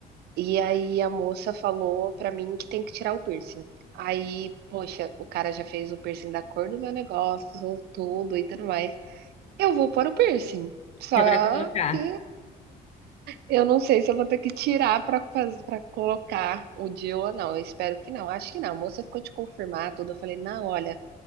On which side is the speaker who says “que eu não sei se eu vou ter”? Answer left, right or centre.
Right